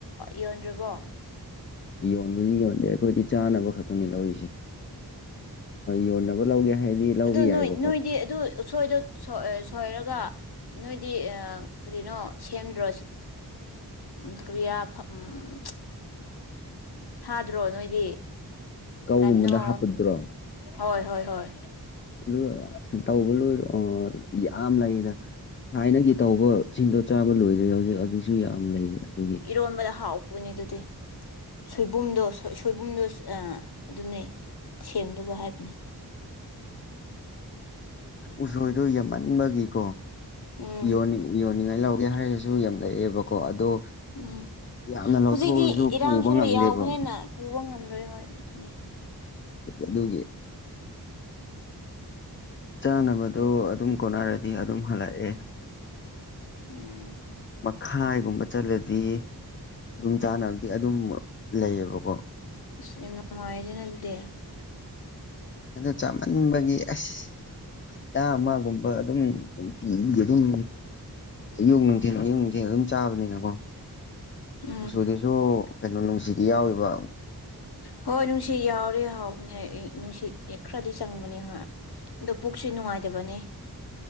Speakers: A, on the left; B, on the left.
A: ꯌꯣꯟꯗ꯭ꯔꯔꯤꯕꯣ
B: ꯌꯣꯟꯕꯗꯤ ꯌꯣꯟꯅꯦ ꯑꯩꯈꯣꯏꯗꯤ ꯆꯥꯅꯕ ꯈꯛꯇꯅꯤ ꯂꯧꯔꯤꯁꯦ ꯌꯣꯟꯅꯕ ꯂꯧꯒꯦ ꯍꯥꯏꯔꯗꯤ ꯂꯧꯕ
A: ꯑꯗꯨ
B: ꯌꯥꯏꯑꯕꯀꯣ
A: ꯅꯣꯏ ꯅꯣꯏꯗꯤ ꯑꯗꯨ ꯁꯣꯏꯗꯣ ꯁꯣꯏꯔꯒ ꯅꯣꯏꯗꯤ ꯀꯔꯤꯩꯅꯣ ꯁꯦꯝꯗ꯭ꯔꯣ ꯃꯗꯨ ꯀꯔꯤꯌꯥ ꯎꯝ ꯊꯥꯗ꯭ꯔꯣ ꯅꯣꯏꯗꯤ
B: ꯀꯧꯒꯨꯝꯕꯗ
A: ꯀꯕꯅꯣ
B: ꯍꯥꯞꯄꯗ꯭ꯔꯣ
A: ꯍꯣꯏ ꯍꯣꯏ ꯍꯣꯏ
B: ꯑꯗꯨ ꯑ ꯇꯧꯕ ꯂꯣꯏꯔꯣ ꯌꯥꯝ ꯂꯩꯌꯦꯗ ꯊꯥꯏꯅꯒꯤ ꯇꯧꯕ ꯁꯤꯡꯗꯣ ꯆꯥꯕ ꯂꯣꯏꯗ꯭ꯔꯦ ꯍꯧꯖꯤꯛ ꯍꯧꯖꯤꯛꯁꯨ ꯌꯥꯝ ꯂꯩ ꯑꯗꯨ
A: ꯏꯔꯣꯟꯕꯗ ꯍꯥꯎꯕꯅꯦ ꯑꯗꯨꯗꯤ ꯁꯣꯏꯕꯨꯝꯗꯣ ꯁꯣꯏꯕꯨꯝꯗꯣ ꯑꯗꯨꯅꯦ ꯁꯦꯝꯗꯕ ꯍꯥꯏꯕꯅꯦ
B: ꯎꯁꯣꯏꯗꯨꯣ ꯌꯥꯝꯦꯝꯃꯟꯕꯒꯤꯀꯣ
A: ꯎꯝ
B: ꯌꯣꯟꯅꯤꯡꯉ ꯌꯣꯟꯅꯤꯡꯉꯥꯏ ꯂꯧꯒꯦ ꯍꯥꯏꯔꯁꯨ ꯌꯥꯝ ꯂꯩꯑꯦꯕꯀꯣ ꯑꯗꯣ
A: ꯎꯝ
B: ꯌꯥꯝꯅ ꯂꯧꯊꯣꯛꯎꯔꯁꯨ
A: ꯍꯧꯖꯤꯛꯇꯤ ꯏꯔꯥꯡꯁꯨ
B: ꯄꯨꯕ ꯉꯝꯗꯦꯕ
A: ꯂꯣꯏ ꯌꯥꯎꯕꯅꯤꯅ ꯄꯨꯕ ꯉꯝꯗ꯭ꯔꯣꯏ ꯍꯣꯏ ꯑꯗꯨꯅꯦ
B: ꯑꯗꯨꯒꯤꯦ ꯆꯥꯅꯕꯗꯣ ꯑꯗꯨꯝ ꯀꯣꯟꯅꯔꯗꯤ ꯑꯗꯨꯝ ꯍꯜꯂꯛꯑꯦ
A: ꯎꯝ
B: ꯈꯥꯏꯒꯨꯝꯕ ꯆꯠꯂꯗꯤ ꯈꯨꯗꯣꯡ ꯆꯥꯅꯕꯗꯤ ꯑꯗꯨꯝ ꯂꯩꯌꯦꯕꯀꯣ
A: ꯑꯁ ꯌꯥꯝ ꯅꯨꯡꯉꯥꯏꯖꯅꯗꯦ
B: ꯑꯗꯣ ꯆꯥꯃꯟꯕꯒꯤ ꯑꯁ ꯆꯥ ꯑꯃꯒꯨꯝꯕ ꯑꯗꯨꯝ ꯄꯤ ꯑꯗꯨꯝ ꯑꯌꯨꯛ ꯅꯨꯡꯊꯤ ꯑꯌꯨꯛ ꯅꯨꯡꯊꯤ ꯑꯗꯨꯝ ꯆꯥꯕꯅꯤꯅꯀꯣ
A: ꯎꯝ
B: ꯎ ꯎꯆꯆꯨꯗꯤꯁꯨ ꯀꯩꯅꯣ ꯅꯨꯡꯁꯤꯗꯤ ꯌꯥꯎꯋꯕ
A: ꯍꯣꯏ ꯅꯨꯡꯁꯤ ꯌꯥꯎꯔꯦ ꯍꯥꯎꯅꯦ ꯅꯨꯡꯁꯤꯠ ꯍ ꯈꯔꯗꯤ ꯆꯪꯕꯅꯦ ꯍꯣꯏ ꯑꯗꯨ ꯄꯨꯛꯁꯨ ꯅꯨꯡꯉꯥꯏꯇꯕꯅꯦ